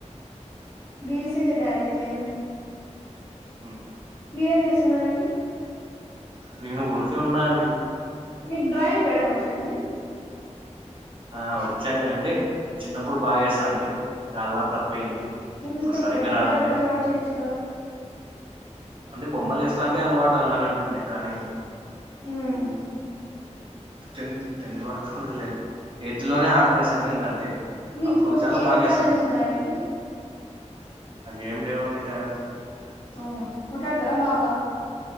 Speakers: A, on the left (about 40°); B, on the right (about 45°).
A: రీల్స్ చేసే టాలెంట్ లేదు
B: హ
A: మీరేం చేస్తున్నారండి
B: నేను ఊరికే అన్నా అండి
A: మీకు డ్రాయింగ్ వేయడం వచ్చా అండి
B: ఆ వచ్చండి అంటే చిన్నప్పుడు బాగా చేస్తా అండి నా అలవాటు తప్ అయిపోయింది
A: ఎందుకు
B: ఇప్పుడు
A: తప్పేందండి
B: సరిగ్గా రాదండి
A: అలట అలవాటు చేయొచ్చు కదా
B: అంటే బొమ్మలు ఏస్తా అంటే అలవాటు అలానే ఉంటుంది కానీ
A: ఉమ్
B: టెన్త్ టెన్త్ వరకు లే ఎయిత్ లోనే ఆబ్జెసాను గంతే
A: మీకు
B: అప్పుడు చాలా
A: ఏం
B: బాగెస్తంటి
A: టాలెంట్స్ ఉన్నాయండి
B: నాకేం లేవండి టాలెంట్స్
A: అవునా కొట్లడతారా బాగా